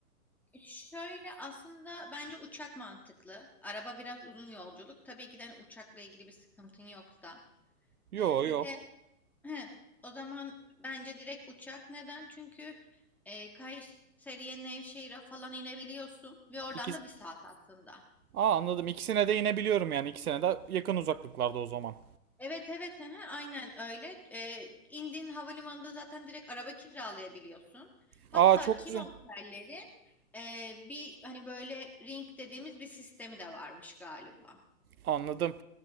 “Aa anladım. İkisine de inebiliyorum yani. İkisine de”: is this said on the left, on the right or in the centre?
Right